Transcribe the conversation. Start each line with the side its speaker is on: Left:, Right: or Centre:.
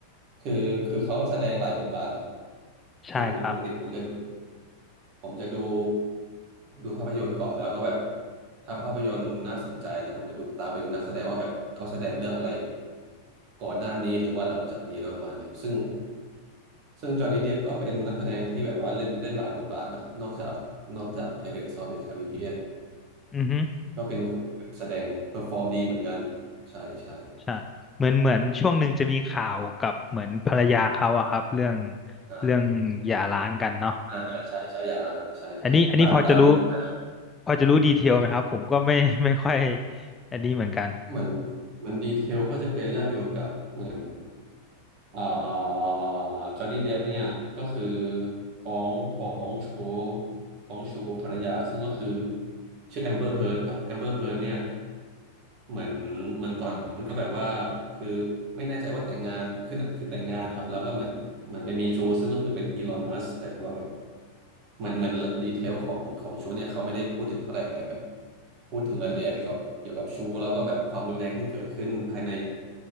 Right: คือคือเขาก็แสดงหลายบทบาทเนาะ
Left: ใช่ครับ
Right: คือผมปกติผมจะดู ผมจะดูดูภาพยนตร์ก่อนแล้วก็แบบถ้าภาพยนตร์น่าสนใจแล้วผมจะดูตามไปดูนักแสดงว่าแบบเขาแสดงเรื่องอะไรก่อนหน้านี้หรือว่าหลังจากนี้แล้วประมาณเนี้ยซึ่งซึ่งจอห์นนี่เดปก็เป็นนักแสดงที่แบบว่าเล่นเล่นหลายบทบาทนะนอกจากนอกจาก Pirates of the Caribbean
Left: อือฮึ
Right: ก็เป็นคนที่แบบแสดงเพอร์ฟอร์มดีเหมือนกันใช่ใช่
Left: ใช่เหมือนเหมือนช่วงหนึ่งจะมีข่าวกับเหมือนภรรยาเขาอะครับเรื่อง
Right: อ่า
Left: เรื่องหย่าร้างกันเนาะ
Right: อ่าอ่าใช่ใช่อย่าล้างอ่าใช่ใช่ตามตามอยู่เหมือนกันนะ
Left: อันนี้อันนี้พอจะรู้ พอจะรู้ดีเทลไหมครับผมก็ไม่ <laughs> ไม่ค่อยอันนี้เหมือนกัน
Right: เหมือนเหมือนดีเทลก็จะเป็นเรื่องเกี่ยวกับเหมือน เอ่อจอห์นนี่เดปเนี่ยก็คือฟ้องฟ้องชู้ฟ้องชู้ภรรยาซึ่งก็คือชื่อแอมเบอร์เฮิร์ดครับแอมเบอร์เฮิร์ดเนี่ย เหมือนเหมือนตอนนั้นก็แบบว่าคือไม่แน่ใจว่าแต่งงานคือคือแต่งงานครับแล้วก็เหมือนเหมือนไปมีชู้ซึ่งก็คือเป็นอีลอนมัสแต่ว่าแบบเหมือนเหมือนดีเทลของของชู้เนี่ยเขาไม่ได้พูดถึงเท่าไหร่แต่แบบพูดถึงรายละเอียดเกี่ยวกับเกี่ยวกับชู้แล้วก็แบบความรุนแรงที่เกิดขึ้นภายใน